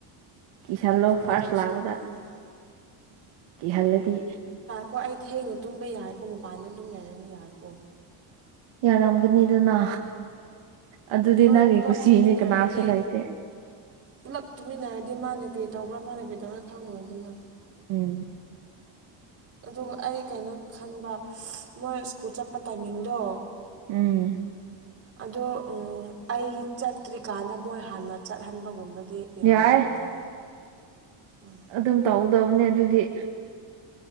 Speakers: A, on the right; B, on the right.
A: ꯀꯤꯍꯜꯂꯣ
B: ꯁꯨꯃꯥꯏꯅ
A: ꯐꯥꯔꯁ
B: ꯇꯧꯁꯤꯔꯥ
A: ꯂꯥꯛꯕꯗ
B: ꯈꯪꯗꯦ
A: ꯀꯤꯍꯜꯂꯗꯤ
B: ꯀꯣ ꯑꯩ ꯊꯦꯡꯅ ꯇꯨꯝꯕ ꯌꯥꯏꯀꯣ ꯃꯄꯥꯟꯗ ꯑꯗꯨꯝ ꯂꯩꯔꯒ ꯌꯥꯏꯀꯣ
A: ꯌꯥꯔꯝꯒꯅꯤꯗꯅ ꯑꯗꯨꯗꯤ
B: ꯂꯣꯏ
A: ꯅꯪꯒꯤ
B: ꯄꯨꯂꯞ
A: ꯀꯨꯁꯤꯅꯤ
B: ꯇꯨꯝꯃꯤꯟꯅꯔꯗꯤ
A: ꯀꯅꯥꯁꯨ ꯂꯩꯇꯦ꯫
B: ꯄꯨꯂꯞ ꯇꯨꯃꯤꯟꯅꯔꯗꯤ ꯃꯥꯅꯦ ꯀꯔꯤ ꯇꯧꯕ꯭ꯔꯥ ꯃꯥꯅꯦ ꯀꯔꯤ ꯇꯧꯕꯔꯥ ꯈꯪꯉꯣꯏꯗꯅ꯫
A: ꯎꯝ
B: ꯑꯗꯨꯒ ꯑꯩ ꯀꯩꯅꯣ ꯈꯟꯕ ꯃꯣꯏ ꯁ꯭ꯀꯨꯜ ꯆꯠꯄ ꯇꯥꯏꯃꯤꯡꯗꯣ
A: ꯎꯝ
B: ꯑꯗꯣ ꯎꯝ ꯑꯩ ꯆꯠꯇ꯭ꯔꯤꯀꯥꯟꯗ ꯃꯣꯏ ꯍꯥꯟꯅ ꯆꯠꯍꯟꯕꯒꯨꯝꯕꯗꯤ ꯌꯥꯒꯗ꯭ꯔꯅꯦ
A: ꯌꯥꯏ
B: ꯎꯝ
A: ꯑꯗꯨꯝ ꯇꯧꯗꯕꯅꯦ ꯑꯗꯨꯗꯤ